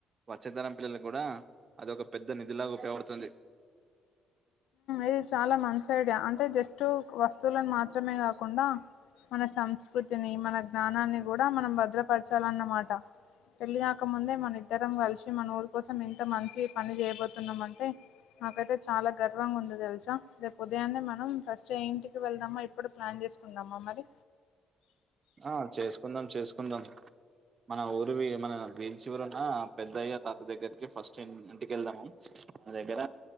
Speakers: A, on the right; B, on the left.
A: వచ్చే తరం పిల్లలకు కూడా అదొక పెద్ద నిధిలాగా ఉపయగపడుతుంది
B: ఇది చాలా మంచి ఐడియా అంటే జస్ట్ వస్తువులను మాత్రమే కాకుండా మన సంస్కృతిని, మన జ్ఞానాన్ని కూడ మనం భద్రపరచాలన్నమాట. పెళ్ళకాక ముందే మన ఇద్దరం కలిసి మన ఊరి కోసం ఇంత మంచి పని చేయబోతున్నామంటే నాకైతే చాలా గర్వంగా ఉంది తెలుసా! రేపు ఉదయాన్నే మనం ఫస్ట్ ఏ ఇంటికి వెళ్దామో, ఇప్పుడు ప్లాన్ చేసుకుందామా మరి?
A: ఆ చేసుకుందాం. చేసుకుందాం. మన ఊరివి మన గ్రీన్ చివరున్న పెద్దయ్య తాత దగ్గరికి ఫస్ట్ ఇంటికెళ్దాము. నా దగ్గర